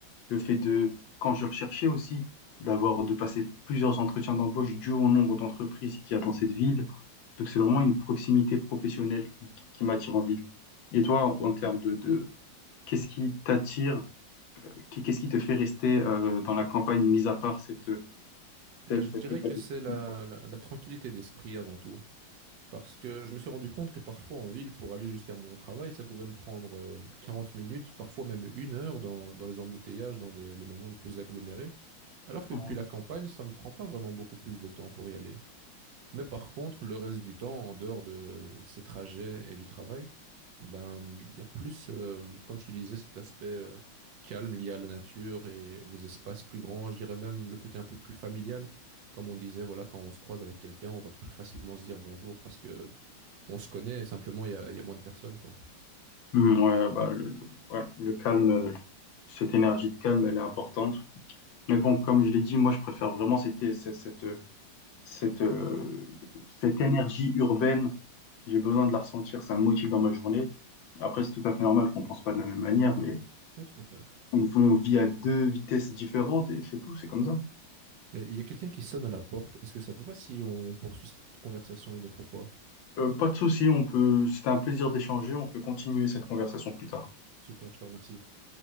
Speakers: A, on the left; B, on the right.
A: le fait de, quand je recherchais aussi, d'avoir, de passer plusieurs entretiens d'embauche dû au nombre d'entreprises qu'il y a dans cette ville. Donc, c'est vraiment une proximité professionnelle qui, qui- qui m'attire en ville. Et toi, en termes de, de- qu'est-ce qui t'attire, qu'est-ce qui te fait rester euh, dans la campagne, mis à part cette, cette,
B: Bah, je
A: cet
B: dirais
A: état
B: que
A: d'esprit?
B: c'est la, la- la tranquillité d'esprit avant tout. Parce que je me suis rendu compte que parfois en ville, pour aller jusqu'à mon travail, ça pouvait me prendre euh, 40 minutes, parfois même une heure dans, dans les embouteillages, dans les, les moments les plus agglomérés. Alors
A: Mhm.
B: que depuis la campagne, ça me prend pas vraiment beaucoup plus de temps pour y aller. Mais par contre, le reste du temps, en dehors de ces trajets et du travail, ben, il y a plus, euh, comme je te disais, cet aspect euh, calme lié à la nature et les espaces plus grands, je dirais même le côté un peu plus familial. Comme on disait, voilà, quand on se croise avec quelqu'un, on va plus facilement se dire bonjour parce que on se connaît, simplement il y a, il y a moins de personnes, quoi.
A: Mm, ouais, bah, le, le- ouais, le calme, euh, cette énergie de calme, elle est importante. Mais bon, comme je l'ai dit, moi, je préfère vraiment cette, cette, cette, cette, euh, cette énergie urbaine. J'ai besoin de la ressentir, ça me motive dans ma journée. Après, c'est tout à fait normal qu'on pense pas de la même manière, mais
B: Ouais, tout à fait.
A: on on vit à deux vitesses différentes et c'est tout, c'est comme ça.
B: Mais il y a quelqu'un qui sonne à la porte. Est-ce que ça te va si on poursuit cette conversation une autre fois?
A: Euh, pas de souci, on peut, c'était un plaisir d'échanger, on peut continuer cette conversation plus tard.
B: Super, je te remercie.